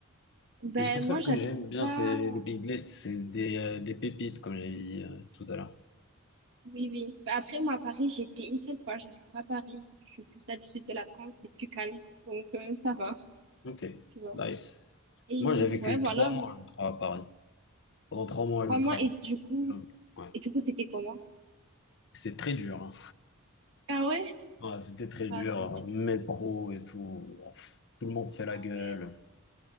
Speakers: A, on the right (about 60°); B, on the left (about 55°).
A: Ben,
B: mais c'est pour ça
A: moi,
B: que
A: j'habite
B: j'aime bien
A: pas.
B: ces les pays de l'Est c'est des euh, des pépites comme j'ai dit euh, tout à l'heure
A: Oui, oui. Ben, après, moi, à Paris, j'ai été une seule fois. J'habite pas à Paris. Je suis plus là du sud de la France, c'est plus calme. Donc, euh, ça va,
B: ok
A: tu vois.
B: nice
A: Et
B: moi j'ai vécu
A: ouais, voilà.
B: trois mois je crois à Paris pendant trois mois
A: Trois
B: je travaille
A: mois, et du coup,
B: ouais
A: et du coup, c'était comment?
B: c'est très dur hein.
A: Ah ouais?
B: Ouais, c'était très
A: Ah,
B: dur,
A: zut.
B: hein. métro et tout. Oh, pff, Tout le monde fait la
A: Ah
B: gueule.
A: ouais.